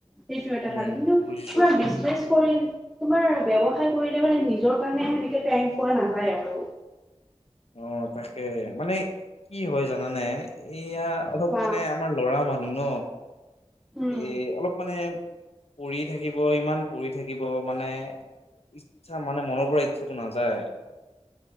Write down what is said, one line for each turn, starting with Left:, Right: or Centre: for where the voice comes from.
Centre: সেইটো এটা
Left: উম
Centre: ভাল, কিন্তু
Left: বুজিছো
Centre: ধৰা বিজনেছ কৰি তোমাৰ ব্যৱসায় কৰিলে মানে নিজৰ কাৰণে সেনেকে টাইম পোৱা নাযায় আৰু।
Left: অঁ, তাকে মানে কি হয় জানানে, এয়া অলপ
Centre: চোৱা
Left: মানে আমাৰ লৰা মানুহ ন।
Centre: উম।
Left: এ অলপ মানে পৰি থাকিব ইমান পৰি থাকিব মানে। ইচ্ছা মানে মনৰ পৰা ইচ্ছাটো নাযায়।